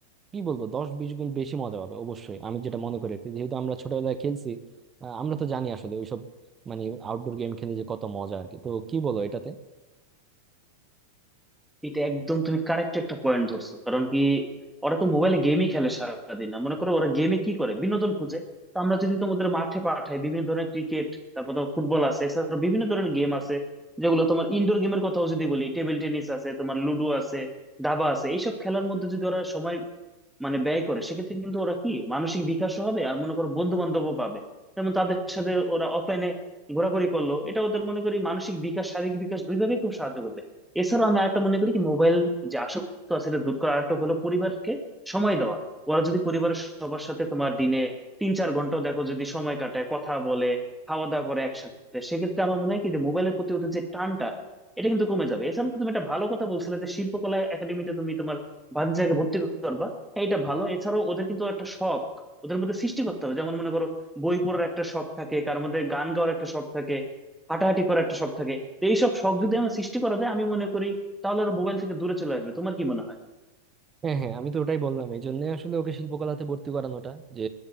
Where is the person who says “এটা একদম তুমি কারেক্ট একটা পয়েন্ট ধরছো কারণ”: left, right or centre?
Centre